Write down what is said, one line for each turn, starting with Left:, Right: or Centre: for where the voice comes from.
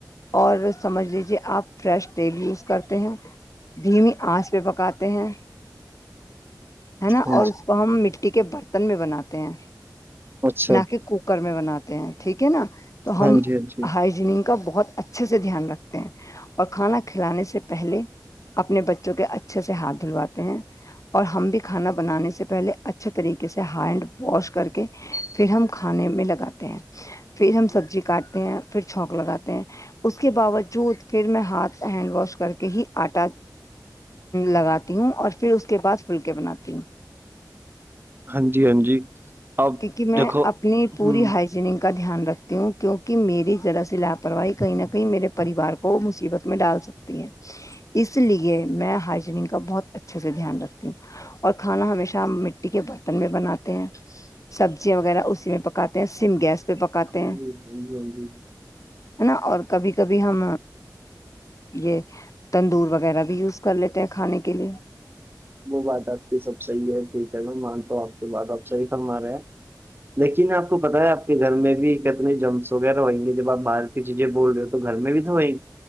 Left: اور سمجھ لیجیے آپ فریش تیل یوز کرتے ہیں دھیمی آنس پہ پکاتے ہیں ہے نا
Right: ہاں
Left: اور
Right: جی
Left: تو ہم مٹی کے برتن میں بناتے ہیں
Right: اچھا
Left: نہ کہ کوکر میں بناتے ٹھیک ہے نا تو
Right: ہاں
Left: ہم
Right: جی ہاں جی
Left: ہائجینک کا بہت اچھا اچھے سے دھیان رکھتے ہیں اور کھانا کھلانے سے پہلے اپنے بچوں کے اچھے سے ہاتھ دھلواتے ہیں اور ہم بھی کھانا بنانے سے پہلے اچھے طریقے سے ہینڈ واش کر کے پھر ہم کھانے میں لگاتے ہیں پھر ہم سبزی کاٹ ہیں پھر چھک لگاتے ہیں اس کے باوجود پھر میں ہاتھ ہینڈ واش کر کے ہی آٹا لگاتی ہوں اور پھر اس کے بعد پھلکے بناتی ہوں
Right: ہاں جی ہاں جی اب
Left: کیونکہ میں
Right: دیکھو
Left: اپنی پوری
Right: ہوں
Left: ہائٹ جن کا دھیان رکھتی ہوں کیونکہ میری ذرا سی لاپرواہی کہیں نہ کہیں میرے پریوار کو مصیبت میں ڈال سکتی اس لیے میں ہائجینگ کا بہت اچھے سے دھیان رکھتی ہوں اور کھانا ہمیشہ مٹی کے برتن میں بناتے ہیں سبزیاں وغیرہ اسی میں پکاتے ہیں سم گیس پہ پکاتے
Right: ہاں
Left: ہیں
Right: جی ہاں جی ہاں جی
Left: ہے نا اور کبھی کبھی ہم یہ تندور وغیرہ بھی یوز کر لیتے ہیں کھانے کے لیے
Right: وہ بات آپ کی سب صحیح ہے ٹھیک ہے میں مانتا ہوں آپ کی بات آپ صحیح فرما رہے ہیں لیکن آپ کو پتاہ ہے آپ کے گھر میں بھی کتنے جرمز وغیرہ ہویں گے جب آپ باہر کہ چیزیں بول رہے ہو تو گھر میں بھی تو وئی